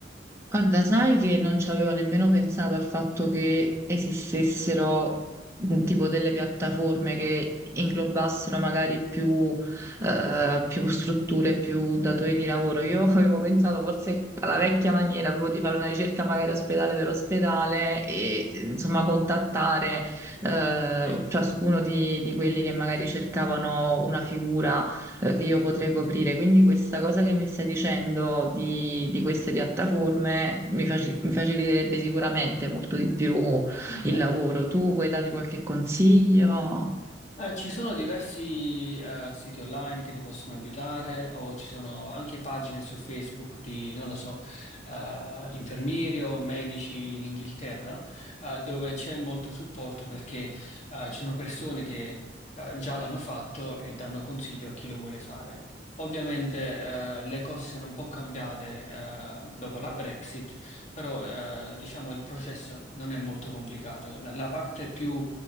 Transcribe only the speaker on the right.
Guarda, sai che non ci avevo nemmeno pensato al fatto che esistessero mh, tipo delle piattaforme che inglobassero magari più, eh, più strutture, più datori di lavoro. Io <laughs> avevo pensato forse alla vecchia maniera, avevo di fare una ricerca magari ospedale per ospedale e insomma contattare eh,
ciascuno di, di quelli che magari cercavano una figura eh, che io potrei coprire. Quindi questa cosa che mi stai dicendo di, di queste piattaforme mi, faci- mi faciliterebbe sicuramente molto di più
il lavoro. Tu puoi darmi qualche consiglio?